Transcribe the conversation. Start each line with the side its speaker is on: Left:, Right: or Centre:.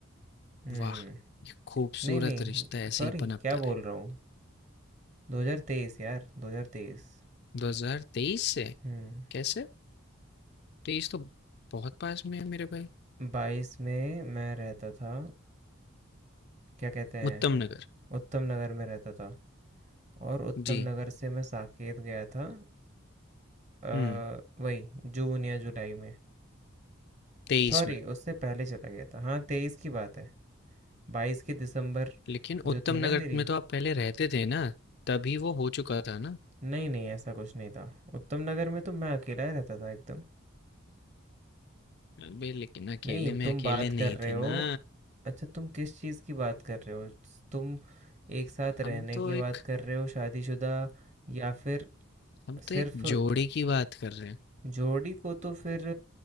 Right: हम्म
Left: वाह ये खूबसूरत
Right: नहीं नहीं
Left: रिश्ता ऐसे
Right: सॉरी
Left: ही पनपता
Right: क्या बोल
Left: रहे
Right: रहा हूँ 2023 यार 2023
Left: 2023 से
Right: हम्म
Left: कैसे तेईस तो बहुत पास में है मेरे भाई
Right: बाईस में मैं रहता था क्या कहते हैं
Left: उत्तम नगर
Right: उत्तम नगर में रहता था और उत्तम
Left: जी
Right: नगर से मैं साकेत गया था अ,
Left: हम्म
Right: वही जून या जुलाई में
Left: तेईस
Right: सॉरी
Left: में
Right: उससे पहले चला गया था हाँ तेईस की बात है बाईस की दिसंबर
Left: लेकिन
Right: जो
Left: उत्तम
Right: थी ना
Left: नगर
Right: मेरी
Left: में तो आप पहले रहते थे ना तभी वो हो चुका था ना
Right: नहीं नहीं ऐसा कुछ नहीं था उत्तम नगर में तो मैं अकेला ही रहता था एकदम
Left: अबे लेकिन अकेले
Right: नहीं
Left: में
Right: तुम
Left: अकेले
Right: बात
Left: नहीं
Right: कर रहे
Left: थे
Right: हो
Left: ना
Right: अच्छा तुम किस चीज़ की बात कर रहे हो तुम एक साथ
Left: हम
Right: रहने
Left: तो
Right: की
Left: एक
Right: बात कर रहे हो शादीशुदा या फिर
Left: हम तो
Right: सिर्फ
Left: एक जोड़े की बात कर रहे हैं
Right: जोड़ी को तो फिर